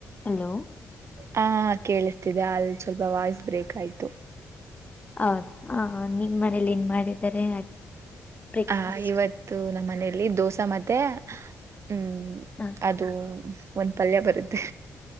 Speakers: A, on the left; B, on the right.
A: ಅಲೋ.
B: ಹಾ ಕೇಳಿಸ್ತಿದೆ ಅಲ್ಲ್ ಸ್ವಲ್ಪ ವಾಯ್ಸ್ ಬ್ರೇಕ್ ಆಯ್ತು.
A: ಹೌದ ಹ ನಿಮ್ ಮನೇಲಿ ಏನ್ ಮಾಡಿದ್ದಾರೆ. ಬ್ರೇಕ್ಫಾಸ್ಟ್
B: ಹ ಇವತ್ತು ನಮ್ಮ ಮನೆಯಲ್ಲಿ ದೋಸಾ ಮತ್ತೆ. ಹ್ಮ್
A: ಹ
B: ಅದು ಒಂದ್ ಪಲ್ಯ ಬರುತ್ತೆ